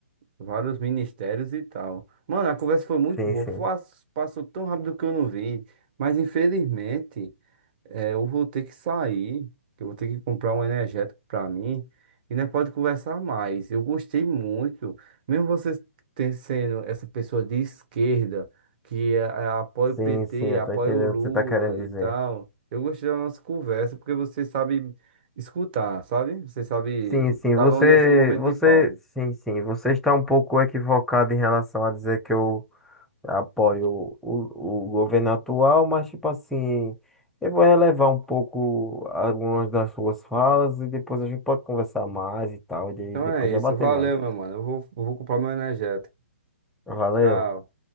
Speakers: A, on the right; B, in the centre.
A: Vários ministérios e tal. Mano, a conversa foi muito
B: Sim,
A: boa.
B: sim.
A: Faz- Passou tão rápido que eu não vi. Mas infelizmente, eh, eu vou ter que sair. Que eu vou ter que comprar um energético pra mim. E nós pode conversar mais. Eu gostei muito. Mesmo você ten- sendo essa pessoa de esquerda, que eh, apoia o
B: Sim,
A: PT,
B: sim, eu
A: apoia
B: tô entendendo
A: o Lula
B: o que você tá querendo dizer.
A: e tal. Eu gostei da nossa conversa porque você sabe escutar, sabe? Você sabe,
B: Sim, sim,
A: sabe
B: você,
A: onde é seu momento
B: você,
A: de pausa.
B: sim, sim, você está um pouco equivocado em relação a dizer que eu apoio o, o governo atual, mas tipo assim, eu vou relevar um pouco algumas das suas falas e depois a gente pode conversar mais e tal, e
A: Então
B: depois
A: é
B: debater
A: isso. Valeu,
B: mais.
A: meu mano. Eu vou, eu vou comprar meu energético.
B: Valeu.
A: Tchau.